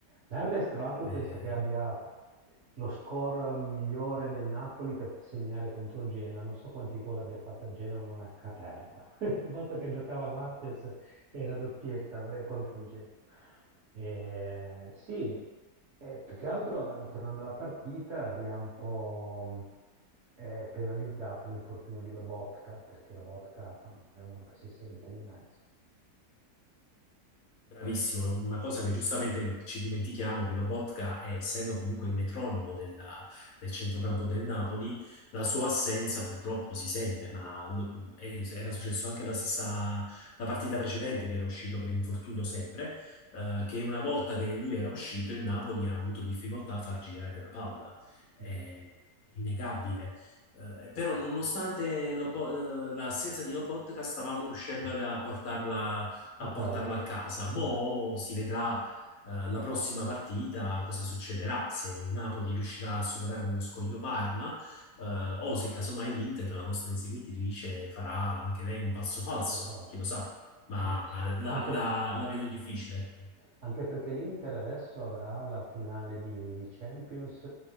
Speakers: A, on the right (about 50°); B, on the left (about 70°).
A: Mertens tra l'altro
B: eh,
A: penso che abbia lo score migliore del Napoli per segnare contro il Genoa, non so quanti gol abbia fatto il Genoa, una caterva. <laughs> Ogni volta che giocava Mertens era doppietta eh, contro il Genoa. Eh, sì, eh, più che altro, eh, tornando alla partita, vi ha un po' mh, eh, penalizzato l'infortunio di Lobotka, perché Lobotka insomma, è uno che si sente lì in mezzo.
B: Bravissimo, è una cosa che giustamente ci dimentichiamo che Lobotka, è, essendo comunque il metronomo della- del centrocampo del Napoli, la sua assenza purtroppo si sente, ma lo- è- era successo anche la stessa la partita precedente che era uscito per infortunio sempre, eh, che una volta che lui era uscito il Napoli ha avuto difficoltà a far girare la palla, è
A: Mm,
B: innegabile. Eh, però nonostante Lobo- eh, l'assenza di Lobotka stavamo riuscendo a portarla
A: A
B: a
A: casa,
B: portarlo a casa. Mo'
A: Mm,
B: si vedrà, eh, la prossima partita cosa succederà, se il Napoli riuscirà a superare lo scoglio Parma, eh, o se casomai l'Inter, la nostra inseguitrice, farà anche lei un passo falso,
A: passo falso.
B: chi lo sa, ma
A: Sì, sì.
B: la
A: Anche
B: la- la vedo difficile.
A: Anche perché l'Inter adesso avrà la finale di, di Champions,